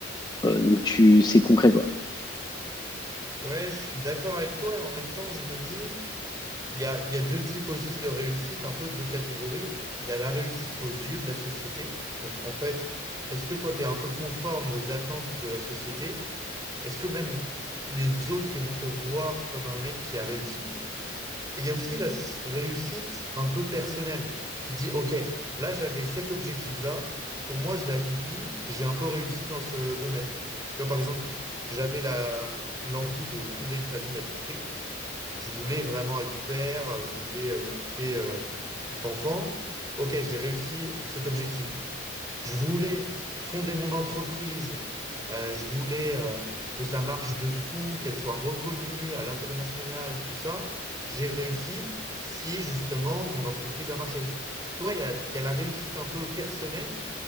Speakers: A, on the left (about 20°); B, on the right (about 20°).
A: Euh, donc, tu, c'est concret, quoi.
B: ouais, je suis d'accord avec toi et en même temps, je me dis, il y a, il y a deux types aussi de réussite, un peu deux catégories. Il y a la réussite aux yeux de la société. Donc, en fait, est-ce que toi, tu es un peu conforme aux attentes de la société? Est-ce que même les autres, ils vont te voir comme un mec qui a réussi? Et il y a aussi la s- réussite un peu personnelle. Tu dis, OK, là, j'avais cet objectif-là. Pour moi, je l'ai accompli. J'ai un peu réussi dans ce domaine. Tu vois, par exemple, j'avais la, hum, l'envie de fonder une famille à tout prix. Je voulais vraiment être père. Je voulais euh, m'occuper euh, d'enfants. OK, j'ai réussi cet objectif. Je voulais fonder mon entreprise. Euh, je voulais euh, que ça marche de fou, qu'elle soit reconnue à l'international, tout ça. J'ai réussi si justement mon entreprise a marché. Tu vois, il y a, il y a la réussite un peu personnelle